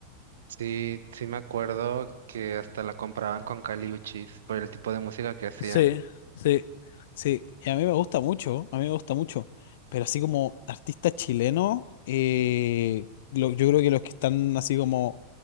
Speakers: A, on the right; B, on the left.
A: Sí, sí me acuerdo que hasta la compraban con Kali Uchis por el tipo de música que hacía.
B: Sí, sí. Sí, y a mí me gusta mucho, a mí me gusta mucho. Pero así como artista chileno, eh, lo- yo creo que los que están así como